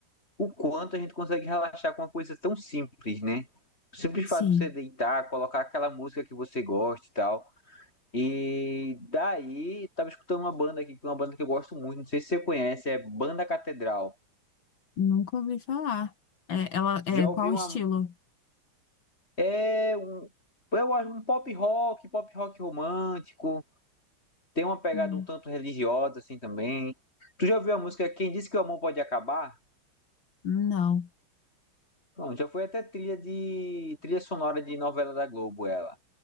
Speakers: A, on the left; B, on the left.
A: o quanto a gente consegue relaxar com uma coisa tão simples, né? O simples
B: sim,
A: fato de você deitar, colocar aquela música que você gosta e tal. E daí, tava escutando uma banda aqui, que é uma banda que eu gosto muito, não sei se você conhece, é Banda Catedral.
B: nunca ouvi falar. É, ela, é,
A: Já ouvi
B: qual
A: uma.
B: o estilo?
A: É um. é, Eu acho um pop rock, pop rock romântico. Tem uma pegada
B: Hum.
A: um tanto religiosa, assim também. Tu já ouviu a música Quem Disse Que o Amor Pode Acabar?
B: Não.
A: Não, já foi até trilha de. trilha sonora de novela da Globo, ela.